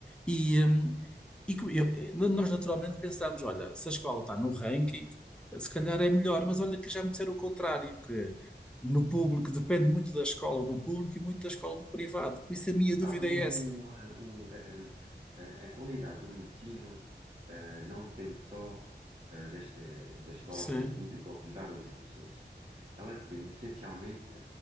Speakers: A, in the centre; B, on the right.
A: E, hum, e co- eu- eh, nós naturalmente pensamos, olha, se a escola está no ranking, eh, se calhar é melhor, mas olha que já me disseram o contrário, no público, depende muito da escola do público e muito da escola do privado. Por isso a minha dúvida
B: Pá, o,
A: é essa.
B: o, a, o- a- um, a- a qualidade do ensino eh, não depende só eh, das- eh, da, escola
A: Sim.
B: ser pública ou privada ou dos professores. Ela depende essencialmente